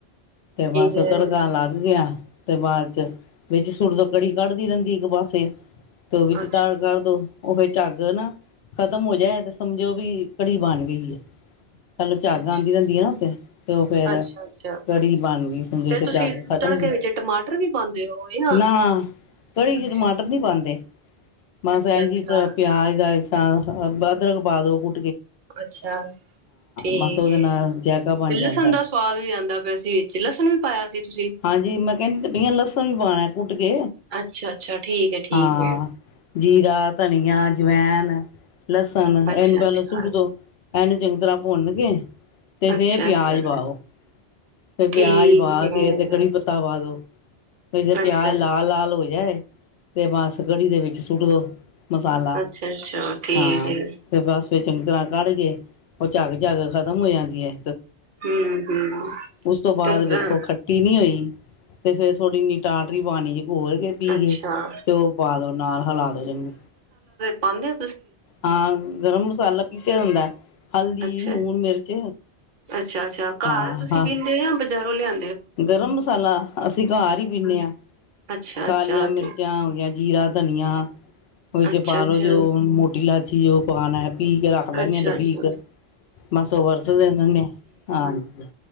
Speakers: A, on the left; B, on the right.
A: ਤੇ ਬਸ
B: ਹੈ
A: ਤੜਕਾ ਲੱਗ ਗਿਆ। ਤੇ ਬਾਅਦ ਚ ਵਿੱਚ ਸੁੱਟ ਦੀ ਕੜੀ ਕੜਦੀ ਰਹਿੰਦੀ ਇੱਕ ਪਾਸੇ, ਤੇ ਉਹ ਵਿਚ
B: ਅੱਛਾ
A: ਤਾਲ ਕਰਦੋ, ਓ ਫੇਰ ਝੱਗ ਨਾ ਖਤਮ ਹੋ ਜਾਏ ਤੇ ਸਮਝੋ ਵੀ ਘੜੀ ਬਣ ਗਈ ਐ। ਚਲੋ ਝੱਗ
B: ਅੱਛਾ
A: ਆਉਂਦੀ ਰਹਿੰਦੀ ਆ ਨਾ ਉੱਥੇ ਤੇ ਉਹ ਫੇਰ
B: ਅੱਛਾ ਅੱਛਾ
A: ਕੜੀ ਬਣ ਗਈ ਸਮਝੋ
B: ਤੇ ਤੁਸੀਂ
A: ਚਾ ਕੇ ਖਤਮ
B: ਤੜਕੇ
A: ਹੋ,
B: ਵਿੱਚ ਟਮਾਟਰ ਵੀ ਪਾਉਂਦੇ ਹੋ ਜਾਂ
A: ਨਾ ਕੜੀ
B: ਅੱਛਾ
A: ਚ ਟਮਾਟਰ ਨੀ ਪਾਉਂਦੇ। ਮ
B: ਅੱਛਾ
A: ਸਹਿਗੀ
B: ਅੱਛਾ
A: ਤਰ ਪਿਆਜ ਹੈ। ਹ ਅਦਰਕ ਪਾਦੋ ਕੁ
B: ਅੱਛਾ ਠੀਕ
A: ਬਸ ਉਹਦੇ
B: ਹੈ,
A: ਨਾਲ ਜਾਇਕਾ ਬਣ
B: ਤੇ ਲਸਣ
A: ਜਾਂਦਾ
B: ਦਾ ਸਵਾਦ ਵੀ ਆਉਂਦਾ ਪਿਆ ਸੀ। ਲਸਣ ਵੀ ਪਾਇਆ ਸੀ ਤੁਸੀਂ
A: ਹਾਂਜੀ ਮੈਂ ਕਹਿੰਦੀ ਤੇ ਪਈਆਂ ਲਸਣ ਵੀ ਪਾਉਣਾ ਕੁੱਟ ਕੇ
B: ਅੱਛਾ ਅੱਛਾ ਠੀਕ ਹੈ ਠੀਕ
A: ਹਾਂ
B: ਹੈ
A: ਜੀਰਾ ਧਨੀਆ ਜਵੈਨ ਹੈਨ ਲਸਣ
B: ਅੱਛਾ
A: ਇਹਨੂੰ ਪਹਿਲ
B: ਅੱਛਾ
A: ਸੁੱਟ ਦੋ, ਇਹਨੂੰ ਚੰਗੀ ਤਰ੍ਹਾਂ ਭੁੰਨ ਕੇ, ਤੇ ਫੇਰ
B: ਅੱਛਾ
A: ਪਿਆਜ
B: ਅੱਛਾ
A: ਪਾਓ। ਫਿਰ
B: ਠੀਕ
A: ਪਿਆਜ ਪਾ
B: ਹੈ
A: ਕੇ ਤੇ ਕੜੀ ਪੱਤਾ ਪਾ ਦੋ। ਇਸੇ ਪਿਆਜ਼
B: ਅੱਛਾ ਅੱਛਾ
A: ਲਾਲ ਲਾਲ ਹੋ ਜਾਏ। ਤੇ ਬੱਸ ਕੜੀ ਦੇ ਵਿੱਚ ਸੁੱਟ ਦੋ। ਮਸਾਲਾ
B: ਅੱਛਾ, ਅੱਛਾ ਠੀਕ
A: ਹਾਂ
B: ਹੈ।
A: ਤੇ ਬਸ ਫਿਰ ਚੰਗੀ ਤਰ੍ਹਾਂ ਕੜ ਕੇ, ਉਹ ਝੱਗ -ਝੱਗ ਖ਼ਤਮ ਹੋ ਜਾਂਦੀ ਏ।
B: ਹਮ, ਹਮ
A: ਉਸ ਤੋਂ ਬਾਅਦ
B: ਤੇ
A: ਵੇਖੋ, ਖੱਟੀ ਨਹੀਂ ਹੋਈ। ਤੇ ਫੇਰ ਥੋੜ੍ਹੀ ਇੰਨੀ ਟਾਟਰੀ ਪਾਉਣੀ ਏ। ਘੋਲ ਕੇ, ਪੀ
B: ਅੱਛਾ
A: ਕੇ, ਤੇ ਉਹ ਪਾ ਦੋ ਨਾਲ, ਹਿਲਾ ਦੋ ਜਨੂੰ।
B: ਪਾੰਦੇ
A: ਹਾਂ, ਗਰਮ ਮਸਾਲਾ ਪੀਸਿਆ ਹੁੰਦੈ। ਹਲਦੀ,
B: ਅੱਛਾ
A: ਲੂਣ, ਮਿਰਚ।
B: ਅੱਛਾ, ਅੱਛਾ ਘਾਰ
A: ਹਾਂ
B: ਤੁਸੀਂ
A: ਹਾਂ
B: ਪੀਂਦੇ ਆ, ਬਜ਼ਾਰ ਰੋਲਿਆ
A: ਗਰਮ ਮਸਾਲਾ, ਅਸੀਂ ਘਾਰ ਹੀ ਪਿੱਨੇ ਆਂ।
B: ਅੱਛਾ
A: ਕਾਲੀਆਂ
B: ਅੱਛਾ
A: ਮਿਰਚਾਂ
B: ਤੇ
A: ਹੋਗੀਆਂ, ਜੀਰਾ ਧਨੀਆ। ਉਹ ਚ
B: ਅੱਛਾ
A: ਪਾ
B: ਅੱਛਾ
A: ਲੋ ਜੋ, ਮੋਟੀ ਲਾਚ ਜੀਓ ਪਾਨ ਐ ਪੀ ਕੇ ਰੱਖ ਲੈਨੇ
B: ਅੱਛਾ
A: ਆ, ਡਬੀ
B: ਅੱਛਾ
A: ਇਕ, ਬਸ ਉਹ ਵਰਤ ਦੇ ਰਿਹਨੇ ਆ, ਹਾਂਜੀ।